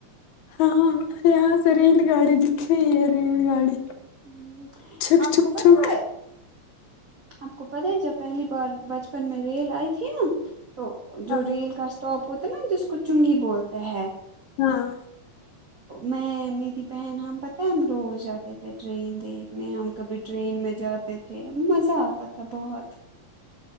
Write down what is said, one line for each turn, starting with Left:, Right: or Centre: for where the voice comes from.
Left: ہاں یہاں سے ریل گاڑی دکھ رہی ہے ریل گاڑی
Right: ہ
Left: چھک
Right: آپ
Left: چھک
Right: کو پتہ
Left: چھک
Right: ہے آپ کو پتہ ہے جب پہلی بار بچپن میں ریل آئی تھی نا تو جو
Left: ہاں
Right: ریل کا اسٹاپ ہوتا ہے نا جس کو چنگی بولتے ہے
Left: ہاں
Right: میں میری بہن ہم پتہ ہم روز جاتے تھے ٹرین دیکھنے ہم کبھی ٹرین میں جاتے تھے مزہ آتا تھا بہت